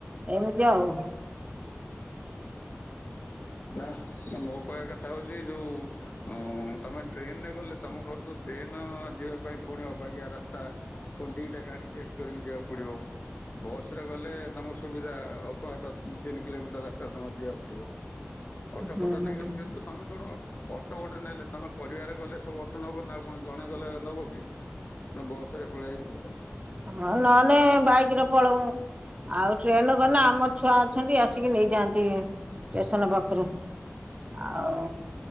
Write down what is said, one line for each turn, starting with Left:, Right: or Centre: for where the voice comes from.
Right: ଏମିତି ଆଉ।
Left: ନା ମୋ କହିବା କଥା ହଉଛି ଯୋଉ ହଁ ତମେ ଟ୍ରେନରେ ଗଲେ ତମ ଘରକୁୁ ଟ୍ରେନ ଯିବା ପାଇଁ ପୁଣି ଅବାଗିଆ ରାସ୍ ସ୍ତା ପୁଣି ଦିଟା ଗାଡି ଚେଞ୍ଜ କରିକି ଯିବାକୁ ପଡିବ। ବସରେ ଗଲେ ତମ ସୁବିଧା ଅଳ୍ପ ବାଟ, ଦି ତିନି କିଲୋମିଟର ରାସ୍ତା ତମ ଯିବାକୁ ପଡିବ। ଅଟୋ
Right: ହୁଁ
Left: ଫଟ ନେଇଗଲେ କିନ୍ତୁ ତମେ କଣ ଅଟୋ ଗୋଟେ ନେଲେ ତମେ ପରିବାର ଗଲେ ସବୁ ଅଟୋ ନେବ ନା ଆଉ କଣ ଜଣେ ଗଲେ ନେବ କି? ନା ବସରେ ପଳେଇ ଭଲ।
Right: ହଁ ନହେଲେ ବାଇକରେ ପଳଉ। ଆଉ ଟ୍ରେନ ଗଳା ଆମ ଛୁଆ ଅଛନ୍ତି ଆସିକି ନେଇଯାଆନ୍ତି ଷ୍ଟେସନ ପାଖରୁ। ଆଉ